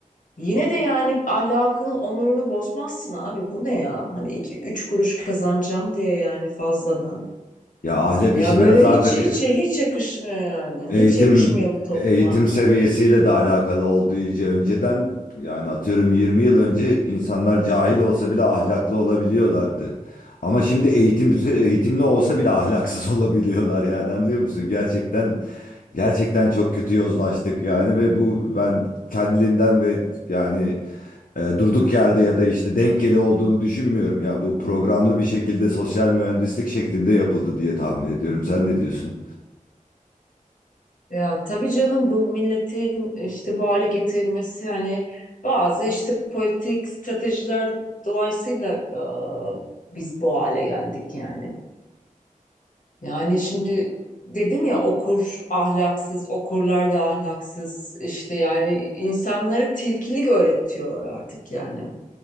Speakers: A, on the left (about 65°); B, on the left (about 75°).
A: Yine de yani ahlakını, onurunu bozmazsın abi. Bu ne ya? Hani iki, üç kuruş kazanacağım diye yani fazladan.
B: Ya ahlak
A: Ya
B: işi
A: böyle
B: biraz artık
A: hiç hiç
B: e,
A: hiç yakışmıyor yani.
B: Eğitim
A: Hiç yakışmıyor bu topluma.
B: eğitim seviyesiyle de alakalı olduğu için önceden yani atıyorum 20 yıl önce insanlar cahil olsa bile ahlaklı olabiliyorlardı. Ama şimdi eğitim eğitimli olsa bile ahlaksız <laughs> olabiliyorlar yani anlıyor musun? Gerçekten gerçekten çok kötü yozlaştık yani ve bu ben kendiliğinden ve yani e, durduk yerde ya da işte denk geli olduğunu düşünmüyorum ya bu programlı bir şekilde sosyal mühendislik şeklinde yapıldı diye tahmin ediyorum. Sen ne diyorsun?
A: Ya tabii canım bu milletin işte bu hale getirilmesi hani bazı işte politik stratejiler dolayısıyla e, biz bu hale geldik yani. Yani şimdi dedin ya okur ahlaksız, okurlar da ahlaksız işte yani insanları tilkilik öğretiyorlar artık yani.